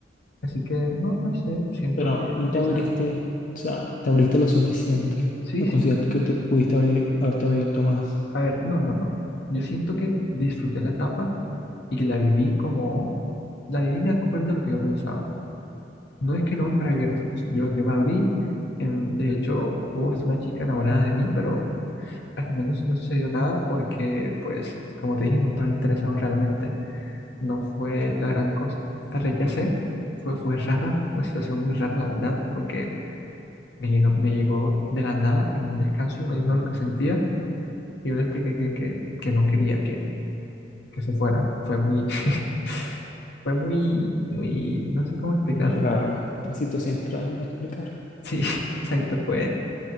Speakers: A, on the left (about 65°); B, on the left (about 45°).
A: Así que, no, no sé, siento
B: Pero
A: que
B: no te
A: esa...
B: abriste, o sea, te abriste lo suficiente.
A: Sí,
B: ¿No
A: sí,
B: consideras
A: sí.
B: que te pudiste abrir, haberte abierto más?
A: A ver, no, no, no. Yo siento que disfruté la etapa y que la viví como, la viví de acuerdo a lo que yo pensaba. No es que no me fuera abierto. Yo, yo me abrí, em, de hecho, hubo hasta una chica enamorada de mí, pero al final no, su- no sucedió nada porque, pues, como te dije, no estaba interesado realmente. No fue la gran cosa. La rechacé, fue, fue rara, una situación muy rara, la verdad, porque me, llenó- me llegó de la nada en un descanso y me dijo lo que sentía. Y yo le expliqué que, que, que no quería, que se fuera. Fue muy, <laughs> fue muy, muy, no sé cómo explicarlo.
B: Muy raro, una situación extraña de explicar.
A: Sí, <laughs> exacto, fue,